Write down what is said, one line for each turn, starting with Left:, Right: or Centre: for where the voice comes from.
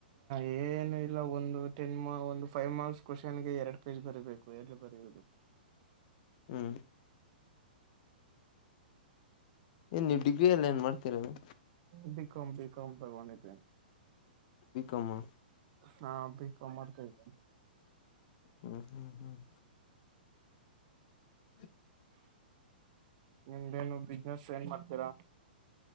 Right: ಏನು ಇಲ್ಲ ಒಂದು ಟೆನ್ ಒಂದು ಫೈವ್ ಮಾರ್ಕ್ಸ್ ಕ್ವಶನ್ಗೆ ಎರಡ್ ಪೇಜ್ ಬರಿಬೇಕು ಬರಿಯೋದು
Left: ಹ್ಮ್ ಏನ್ ನೀವು ಡಿಗ್ರಿಯಲ್ಲಿ ಏನ್ ಮಾಡ್ತಿರೋದು
Right: ಹ್ಮ ಕಂ ಬಿ ಕಂ ತಕೊಂಡಿದೆ
Left: ಬಿಕಾಂ ಮು
Right: ಹಾ ಬಿಕಾಂ ಮಾಡತ ಇದ
Left: ಹ್ಮ್ ಹ್ಮ್ ಹ್ಮ್ <unintelligible>
Right: ನಿಮ್ದೇನು ಬಿಸ್ನೆಸ್ ಏನ್ ಮಾಡ್ತೀರಾ